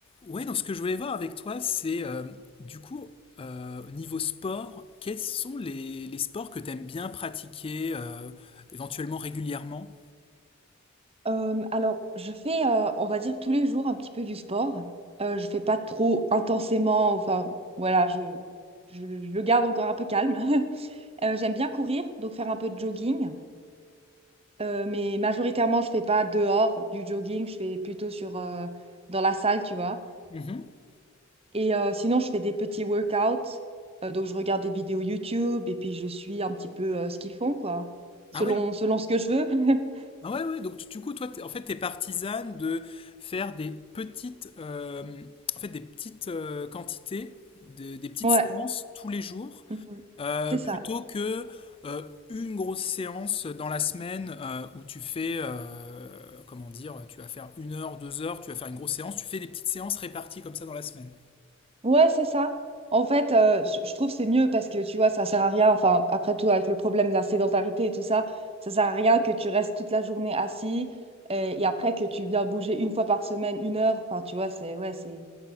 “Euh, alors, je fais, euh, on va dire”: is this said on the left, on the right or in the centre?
Right